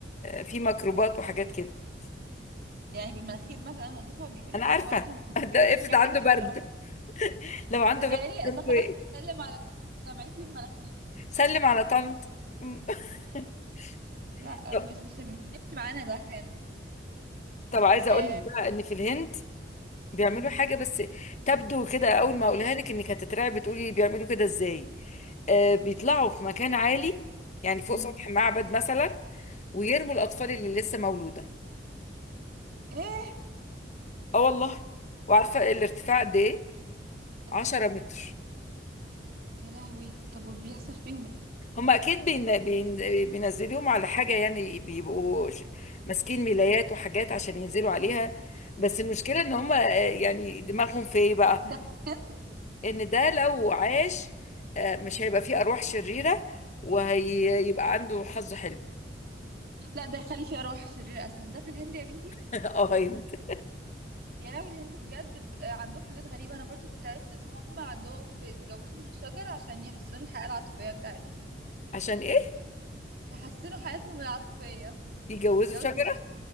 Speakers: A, on the left; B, on the right.
A: في ميكروبات وحاجات كده
B: يعني بالمناخير مثلًا أنضفها بيقولوا
A: انا عارفه
B: وبرضه إن
A: <laughs> ده افرض
B: دي علامة
A: عنده برد
B: احترام،
A: لو عنده
B: تخيلي
A: برد يقول
B: تخيلي
A: له إيه؟
B: أسلم على دكتور جامعتي بمناخيري،
A: سلم على طنط <laughs>
B: لأ
A: طب
B: مش مش مش هيمشي معانا ده هنا،
A: طب عايزه
B: آآ
A: اقول لك بقى ان في الهند بيعملوا
B: إمم،
A: حاجه بس تبدو كده اول ما اقولها لك انك هتترعب بتقولي بيعملوا كده ازاي آه بيطلعوا في مكان عالي يعني فوق
B: إمم،
A: سطح معبد مثلا ويرموا الاطفال اللي لسه مولوده
B: إيه!
A: اه والله وعارفه الارتفاع قد ايه
B: قد
A: 10
B: إيه!
A: متر
B: يا لهوي! طب وبيحصل فيهم إيه؟
A: هم اكيد بين بين بينزلوهم على حاجه يعني بيبقوا ش- ماسكين ملايات وحاجات عشان ينزلوا عليها بس المشكله ان هم آه، يعني دماغهم في ايه بقى
B: ده في الهند؟
A: ان ده لو عاش آه، مش هيبقى فيه ارواح شريره وهيبقى عنده حظ حلو
B: لأ ده يخلّي فيه أرواح شريرة أسهل، ده في الهند يا بنتي؟
A: <laughs> اه هيمت
B: يا لهوي الهند بجد ب- آه، عندهم حاجات غريبة أنا برضو كنت عرفت إن هم عندهم بيتجوزوا من شجر عشان يحسنوا الحياة العاطفية بتاعتهم
A: عشان ايه
B: يحسنوا حياتهم العاطفية
A: يجوزوا
B: تتجوز
A: شجره
B: من شجر